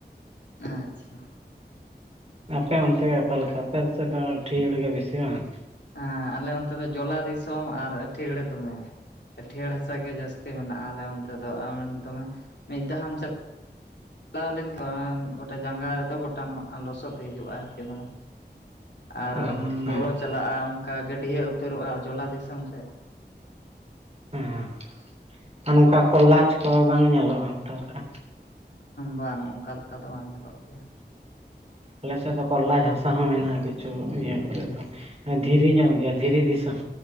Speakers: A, on the left; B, on the right.
A: ᱟᱪᱪᱷᱟ
B: ᱟᱯᱮ ᱚᱱᱛᱮ ᱜᱮ ᱚᱠᱟᱞᱮᱠᱟ ᱟᱯᱮ ᱥᱮᱫ ᱫᱚ ᱟᱹᱴᱷᱤᱭᱟᱹᱲ ᱜᱮ ᱵᱮᱥᱤ ᱵᱟᱝ?
A: ᱦᱮᱸ ᱟᱞᱮ ᱚᱱᱛᱮ ᱫᱚ ᱡᱚᱞᱟ ᱫᱤᱥᱚᱢ ᱟᱨ ᱟᱹᱴᱷᱤᱭᱟᱹᱲᱟ ᱫᱚᱢᱮ᱾ ᱟᱴᱷᱤᱭᱟᱹᱲ ᱦᱟᱥᱟ ᱜᱮ ᱡᱟᱹᱥᱛᱤ ᱢᱮᱱᱟᱜᱼᱟ ᱟᱞᱮ ᱚᱱᱛᱮ ᱫᱚ ᱫᱚᱢᱮ ᱢᱤᱫ ᱫᱷᱟᱢ ᱪᱟᱞᱟᱜᱼᱟ ᱪᱟᱞᱟᱣ ᱞᱮᱱᱠᱷᱟᱱ ᱡᱟᱸᱜᱟ ᱨᱮᱫᱚ ᱜᱚᱴᱟᱢ ᱞᱚᱥᱚᱫ ᱦᱤᱡᱩᱜᱼᱟ ᱟᱨᱠᱤ ᱫᱚᱢ ᱟᱨ
B: ᱚ
A: ᱩᱢᱻᱵᱚᱞᱚ
B: ᱦᱮᱸ
A: ᱪᱟᱞᱟᱜᱼᱟ ᱚᱱᱠᱟ ᱜᱟᱹᱰᱭᱟᱹ ᱩᱛᱟᱹᱨᱚᱜᱼᱟ ᱡᱚᱞᱟ ᱫᱤᱥᱚᱢ ᱥᱮ
B: ᱦᱮᱸ ᱟᱨ ᱱᱚᱝᱠᱟ ᱠᱚ ᱞᱟᱪ ᱠᱚ ᱵᱟᱝ ᱧᱮᱞᱚᱜᱼᱟ ᱚᱱᱠᱟ ᱞᱮᱠᱟ
A: ᱵᱟᱝ ᱚᱝᱠᱟ ᱞᱮᱠᱟ ᱫᱚ ᱵᱟᱝ ᱧᱮᱞᱚᱜ ᱜᱮᱭᱟ
B: ᱟᱞᱮ ᱥᱮᱫ ᱫᱚ ᱠᱚᱨᱞᱟᱡ ᱷᱟᱥᱟ ᱦᱚᱸ ᱢᱮᱱᱟᱜᱼᱟ ᱠᱤᱪᱷᱩ ᱤᱭᱟᱹ ᱠᱚᱨᱮᱫ ᱫᱚ ᱫᱷᱤᱨᱤ ᱧᱚᱜ ᱜᱮᱭᱟ ᱫᱷᱤᱨᱤ ᱫᱤᱥᱚᱢ